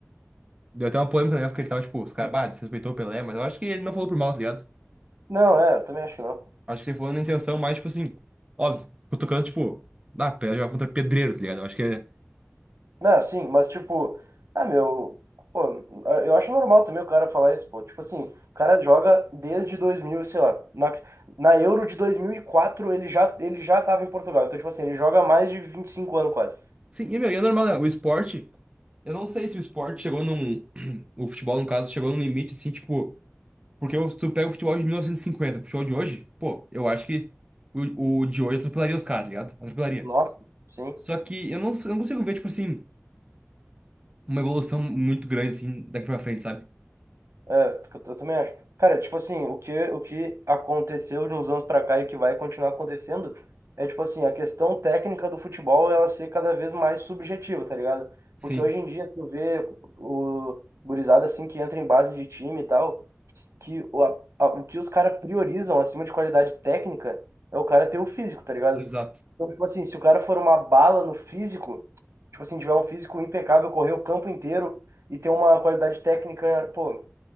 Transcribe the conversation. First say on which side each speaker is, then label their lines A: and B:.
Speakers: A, on the right; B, on the right.
A: Deu até uma polêmica na época, ele tava, tipo, os caras, bah, desrespeitou o Pelé, mas eu acho que ele não falou por mal, tá ligado?
B: Não, é, também acho que não.
A: Acho que ele falou na intenção, mais, tipo assim, óbvio, cutucando, tipo, ah, Pelé jogava contra pedreiro, tá ligado? Eu acho que é.
B: Não, sim, mas tipo, ah, meu, pô, ah, eu acho normal também o cara falar isso, pô. Tipo assim, o cara joga desde 2000 sei lá, na, na Euro de 2004 ele já, ele já tava em Portugal. Então, tipo assim, ele joga há mais de 25 anos quase.
A: Sim, e, meu, e é normal, né? O esporte. Eu não sei se o esporte chegou num. <clears throat> O futebol, no caso, chegou num limite, assim, tipo. Porque eu- se tu pega o futebol de 1950 o futebol de hoje, pô, eu acho que o, o de hoje atropelaria os caras, tá ligado? Atropelaria.
B: Nossa, sim.
A: Só que eu não, eu não consigo ver, tipo assim, uma evolução muito grande, assim, daqui pra frente, sabe?
B: É, eu eu também acho. Cara, tipo assim, o que, o que aconteceu de uns anos pra cá e o que vai continuar acontecendo é, tipo assim, a questão técnica do futebol ela ser cada vez mais subjetiva, tá ligado?
A: Sim,
B: Porque hoje em dia tu vê o gurizada assim que entra em base de time e tal, que o, a- a- o que os caras priorizam acima de qualidade técnica é o cara ter o físico, tá ligado?
A: exato.
B: Então, tipo assim, se o cara for uma bala no físico, tipo assim, tiver um físico impecável, correr o campo inteiro e ter uma qualidade técnica, pô